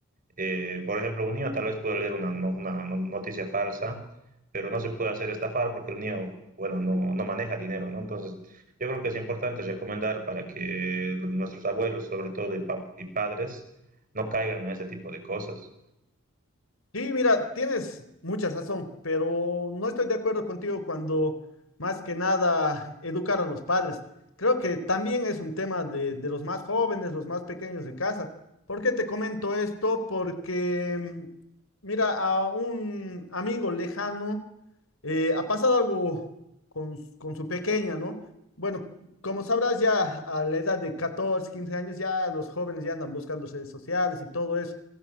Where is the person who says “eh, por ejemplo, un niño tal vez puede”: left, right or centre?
Right